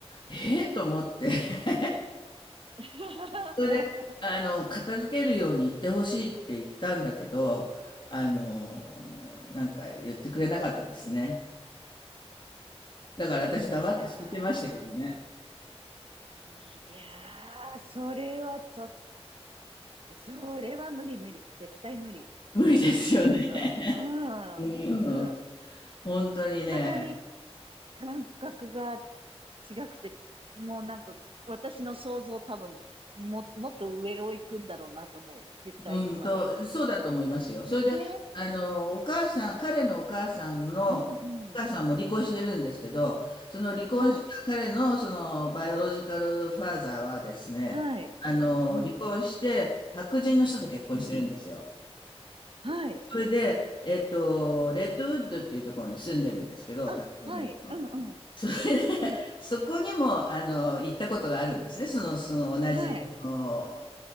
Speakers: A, on the left (about 45°); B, on the right (about 55°).
A: ええと思って。<laughs>
B: <laughs>
A: それで、あの、片付けるように言ってほしいって言ったんだけど、あの、なんか言ってくれなかったですね。だから私黙って聞いてましたけどね。
B: いやー、いやー、それはちょっと、それは無理無理。絶対無理。
A: 無理ですよね。
B: あの、
A: <laughs> うん。
B: うん、うん。
A: 本当にね。
B: かなり感覚が違くて、もうなんか私の想像多分、も、もっと上を行くんだろうなと思う。実際には。
A: うんと、そうだと思いますよ。それで、
B: ね。
A: あの、お母さん、彼のお母さんの、
B: うんうん。
A: お母さんも離婚してるんですけど、その離婚した彼の、
B: はい。
A: その、バイオロジカルファーザーはですね、
B: はい。
A: あの、
B: うん。
A: 離婚して、白人の人と結婚してるんですよ。
B: うん。はい。
A: それで、えっと、レッドウッドっていうところに住んでるんですけど、
B: あ、
A: カリフォルニアの。
B: はい。うんうん。
A: それで、
B: うん。
A: そこにも、あの、行ったことがあるんですね。その、その同じ、
B: はい。
A: あの